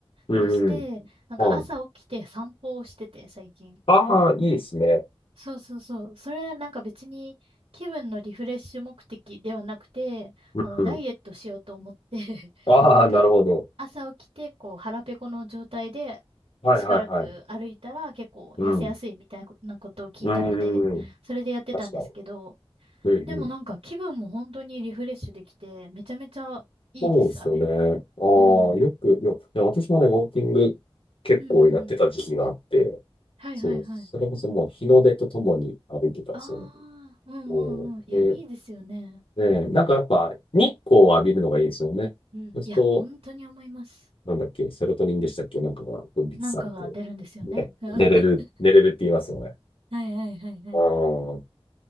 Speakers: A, on the left (about 65°); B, on the right (about 80°).
A: い。うん。
B: として、なんか朝起きて散歩をしてて最近。
A: はい。ああ、いいですね。
B: そうそうそう。それなんか別に気分のリフレッシュ目的ではなくて、
A: うん。
B: あの、ダイエットしようと思って
A: ああ、
B: <laughs> なんか
A: なるほど。
B: 朝起きて、こう、腹ペコの状態で、
A: はいはいはい。
B: しばらく歩いたら結構痩せやすいみたいなことを聞いたので、
A: うん。うん。
B: それでやってたんですけど、
A: 確かに。うん。
B: でもなんか気分も本当にリフレッシュできて、めちゃめちゃいいです、
A: そうですよね。
B: あれ。
A: ああ、
B: うん。
A: よく、よ、いや私もね、ウォーキング結構やってた時期があって、
B: うんうんうん。はいはいはい。
A: そう、それこそもう日の出とともに歩いてたんですよね。
B: ああ、うん
A: おで、
B: うんうん。いや、いいですよね。
A: ね、なんかやっぱ日光を浴びるのがいいですよね。
B: うん。
A: そうすると、
B: いや、本当に思います。
A: なんだっけ、セロトニンでしたっけ、なんかが分泌されて、
B: なんかが出るんですよね。
A: ね、
B: <laughs>
A: 寝れる、寝れるって言いますよね。
B: はいはいはいはい。
A: ああ、